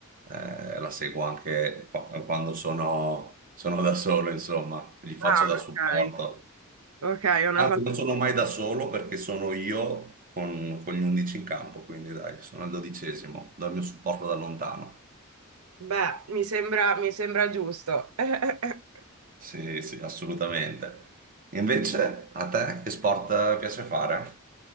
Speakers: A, on the right; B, on the right.
A: eh, la seguo anche qua- quando sono, sono da solo, insomma, gli faccio
B: Ah,
A: da supporto.
B: ok. Ok, è una
A: Anzi,
B: cosa...
A: non sono mai da solo perché sono io con, con gli 11 in campo, quindi dai, sono il dodicesimo, do il mio supporto da lontano.
B: Beh, mi sembra, mi sembra giusto. <laughs>
A: Sì, sì, assolutamente. Invece, a te che sport piace fare?